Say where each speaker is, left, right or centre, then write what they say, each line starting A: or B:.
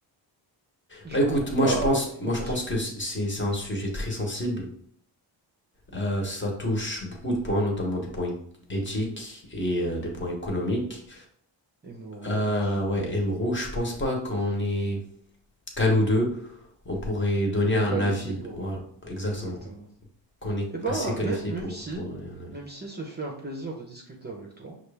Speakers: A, on the right; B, on the left.
A: Du
B: Bah écoute,
A: coup,
B: moi
A: euh,
B: je pense, moi,
A: qu'en penses-tu?
B: je pense que c'est, c'est un sujet très sensible. Euh, ça touche beaucoup de points, notamment des points éthiques et euh, des points économiques.
A: Et moraux,
B: Euh,
A: bien sûr.
B: ouais, Emro, je pense pas qu'on est qu'à nous deux, on pourrait donner
A: On est
B: un
A: qualifié
B: avis.
A: pour...
B: Voilà,
A: euh,
B: exactement.
A: Exactement.
B: Qu'on est
A: Eh ben,
B: assez qualifié
A: mê- même
B: pour,
A: si,
B: pour donner un avis.
A: même si ce fut un plaisir de discuter avec toi,